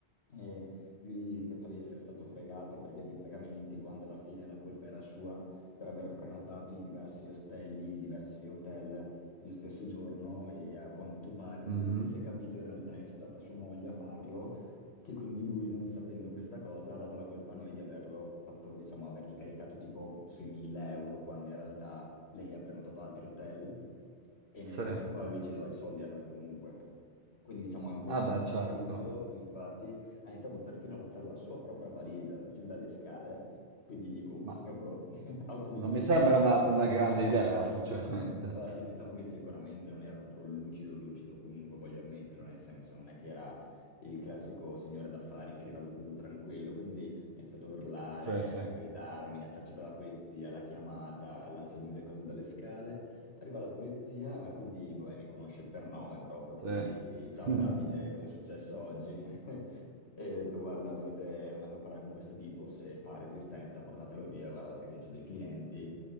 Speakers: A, on the left (about 70°); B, on the right (about 55°).
A: eh, lui pensava di essere stato fregato per via di pagamenti, quando alla fine la colpa era sua per aver prenotato in diversi ostelli, diversi hotel lo stesso giorno e a quanto pare, da
B: Mhm.
A: quello che si è capito, in realtà è stata sua moglie a farlo, che quindi lui, non sapendo questa cosa, ha dato la colpa a noi di averlo fatto, diciamo, avergli caricato tipo sui 1000 euro, quando in realtà lei ha prenotato altri hotel e nel
B: Sì.
A: frattempo a lui ci doveva i soldi a noi comunque. Quindi diciamo è un po'
B: Ah
A: impazzito,
B: beh, certo,
A: infatti ha iniziato perfino a lanciare la sua propria valigia giù dalle scale, quindi dico
B: ma
A: <laughs> proprio <laughs> autodistruzione.
B: non mi sembra una, una grande idea, sinceramente.
A: Ma infatti diciamo che sicuramente non era proprio lucido lucido, comunque voglio ammetterlo, nel senso non è che era il classico signore d'affari che è arrivato tutto tranquillo, quindi ha iniziato a urlare,
B: Sì, sì,
A: a gridare, a minacciarci per la polizia, la chiamata, lancia giù le cose dalle scale, arriva la polizia, quindi vabbè mi conosce per nome proprio,
B: sì.
A: quindi ciao
B: <laughs>
A: Davide, cosa è successo oggi? <laughs> E ho detto, guarda, dovete un attimo parlare con questo tipo, se fa resistenza portatelo via, guarda, perché io ho dei clienti,